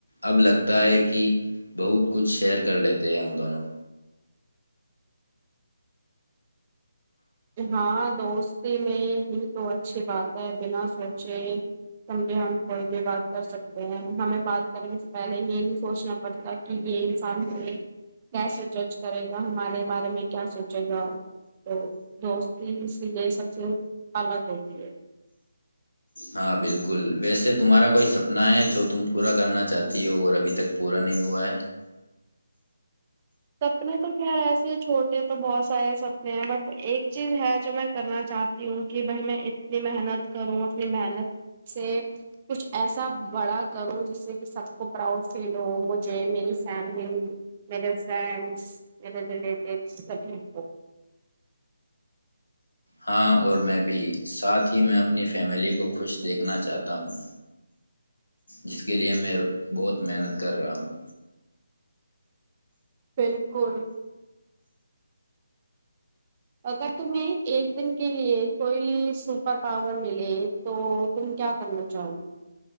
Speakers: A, on the left; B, on the right.
A: اب لگتا ہے کہ بہت کچھ شیئر کر لیتے ہیں ہم دونوں
B: ہاں دوستی میں ہی تو اچھی بات ہے بنا سوچے سمجھے ہم کوئی بھی بات کر سکتے ہیں ہمیں بات کرنے سے پہلے یہ نہیں سوچنا پڑتا کہ یہ انسان ہم کیسے جج کرے گا ہمارے بارے میں کیا سوچے گا تو دوستی س لیے سب سے الگ ہوتی ہے
A: ہاں بالکل ویسے تمہارا کوئی سپنا ہے جو تم پورا کرنا چاہتی ہو اور ابھی تک پورا نہیں ہوا ہے
B: سپنے تو خیر ایسے چھوٹے تو بہت سارے سپنے ہیں بٹ ایک چیز ہے جو میں کرنا چاہتی ہوں کہ بھائی میں اتنی محنت کروں انی محنت سے کچھ ایسا بڑا کروں جس سے کہ سب کو پراؤڈ فیل ہو مجھے میری فیملی میر فرینڈس میرے ریلیٹیوس سبھی کو
A: ہاں اور میں بھی ساتھ ہی میں اپنی فیملی کو خوش دیکھنا چاہتا ہوں جس کے لیے میں بہت محنت کر رہا ہوں
B: بالکل اگر تمہیں ایک دن کے لیے کوئل سپر پاور ملے تو تم کیا کرنا چاہو گی